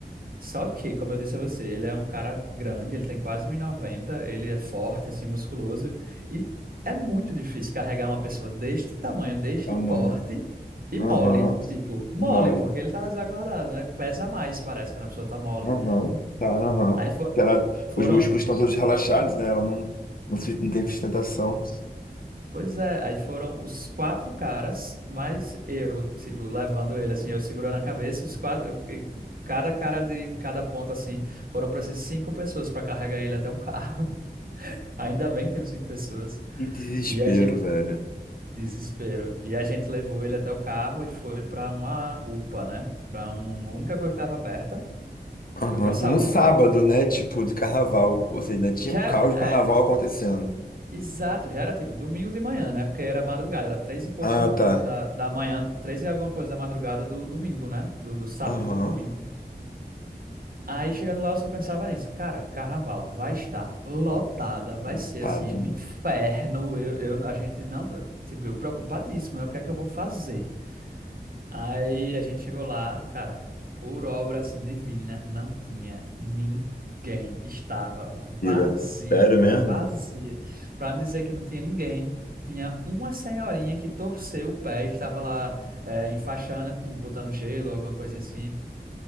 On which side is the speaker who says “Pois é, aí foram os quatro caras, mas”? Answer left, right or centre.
Right